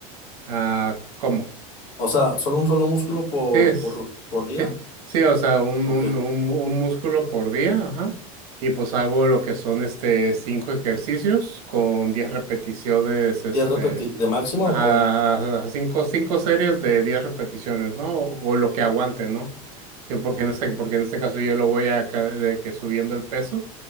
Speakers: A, on the right (about 85°); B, on the left (about 75°).
A: ah, ¿cómo?
B: O sea, solo un solo músculo por,
A: Sí, es,
B: por, ru- por día?
A: sí, sí, o sea, un,
B: Ok.
A: un, un, mu- un músculo por día, ajá. Y pues hago lo que son este cinco ejercicios con 10 repeticiones, este,
B: ¿Diez repeticiones de máximo
A: ajá,
B: o cómo?
A: ajá, cinco, cinco series de 10 repeticiones, ¿no? O, o lo que aguante, ¿no? Que porque
B: Mm.
A: en este, porque en este caso yo lo voy a ca- de que subiendo el peso